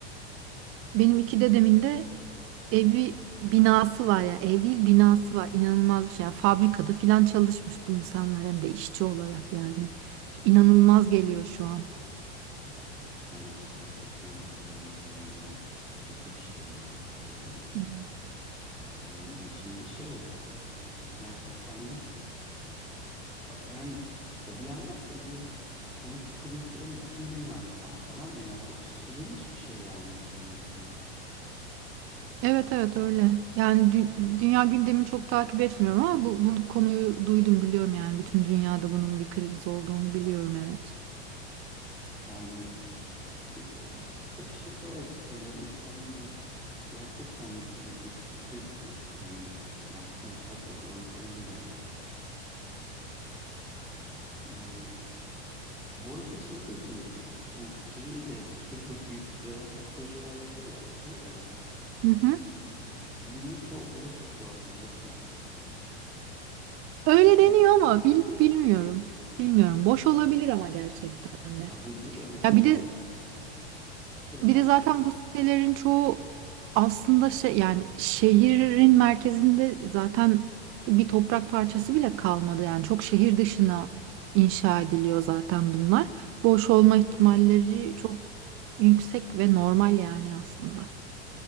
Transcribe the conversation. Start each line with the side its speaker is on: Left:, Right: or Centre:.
Right: benim iki dedemin de evi binası var ya ev değil binası var inanılmaz bir şey yani fabrikada filan çalışmış bu insanlar hem de işçi olarak yani inanılmaz geliyor şu an.
Centre: evet gerçekten yani inanılmaz ötesi bir şey yani ötesi bir şey.
Right: Hmm.
Centre: E, yani şimdi şey e, gerçekten de. A- Yani ya bir yandan da bu konut krizi hani bütün dünyada var falan ya yani çok şişirilmiş bir şey yani demek ki.
Right: Evet evet öyle yani dü- dünya gündemini çok takip etmiyorum ama bu, bu konuyu duydum biliyorum yani bütün dünyada bunun bir kriz olduğunu biliyorum evet.
Centre: Yani ya bir de tabii şey de var işte yani İstanbul gerçekten üst üste bir- hani artık inşaat yapılan falan bir yer. Yani bu arada şey de değil. Bu şey de bir sürü bu büyük devasa projeler yapıyor ya yapılıyor ya.
Right: Hı hı.
Centre: Bunların çoğu boş bu arada boşmuş. Yani
Right: Öyle
Centre: yatırım
Right: deniyor ama bil- bilmiyorum bilmiyorum boş olabilir ama gerçekten de.
Centre: ya burada da mesela
Right: Ya bir de
Centre: Şöyle
Right: Bir
Centre: pardon.
Right: de zaten bu sitelerin çoğu aslında şey yani şehrin merkezinde zaten bir toprak parçası bile kalmadı. Yani çok şehir dışına inşa ediliyor zaten bunlar. Boş olma ihtimalleri çok yüksek ve normal yani aslında.